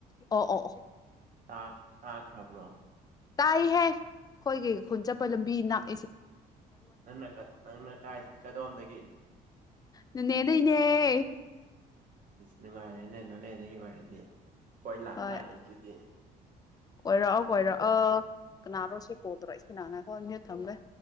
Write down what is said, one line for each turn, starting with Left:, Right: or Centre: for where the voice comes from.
Left: ꯑꯣ ꯑꯣ
Right: ꯇꯥ ꯇꯥꯈ꯭ꯔꯕ꯭ꯔꯣ
Left: ꯇꯥꯏ ꯍꯦ ꯑꯩꯈꯣꯏꯒꯤ ꯈꯨꯟ ꯆꯠꯄ ꯂꯝꯕꯤꯅ <inaudible>
Right: ꯅꯪꯅ ꯅꯪꯅ ꯀꯥꯏ ꯀꯗꯣꯝꯗꯒꯤ
Left: ꯅꯟꯅꯦ ꯗꯩꯅꯦ
Right: ꯅꯨꯉꯥꯢꯔꯦꯅꯦ ꯅꯣꯅꯦꯗꯒꯤ ꯑꯣꯢ ꯗꯤ ꯀꯣꯏ ꯂꯥꯛꯇꯥꯔꯦ
Left: ꯍꯣꯏ
Right: ꯑꯗꯨꯗꯤ
Left: ꯀꯣꯏꯔꯛꯑꯣ ꯀꯣꯏꯔꯛꯑꯣ ꯀꯅꯥꯔꯣ ꯁꯤ ꯀꯣꯜ ꯇꯧꯔꯛꯏꯁꯤꯅ ꯉꯥꯏꯈꯣ <unintelligible> ꯊꯝꯒꯦ